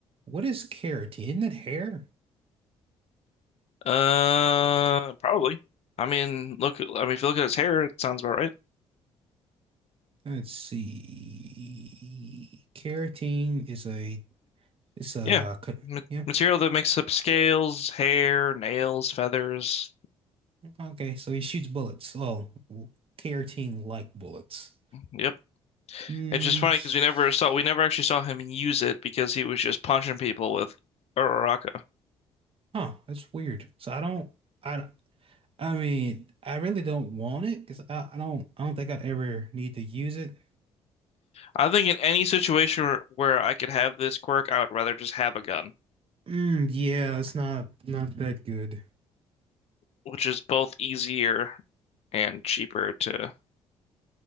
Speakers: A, on the right; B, on the left.
A: What is keratin? Isn't it hair?
B: Uh, probably. I mean, look. I mean, if you look at his hair, it sounds about right.
A: Let's see. Keratin is a it's a
B: Yeah.
A: co-
B: Ma-
A: yeah.
B: Material that makes up scales, hair, nails, feathers,
A: Okay, so he shoots bullets. Well, keratin like bullets.
B: Yep.
A: Mm,
B: It's just funny
A: s-
B: because we never saw we never actually saw him use it because he was just punching people with Uraraka.
A: huh, that's weird. So I don't, I, I mean, I really don't want it because I, I don't, I don't think I'd ever need to use it.
B: I think in any situation where I could have this quirk, I would rather just have a gun,
A: Mm, yeah, it's not, not that good.
B: which is both easier and cheaper to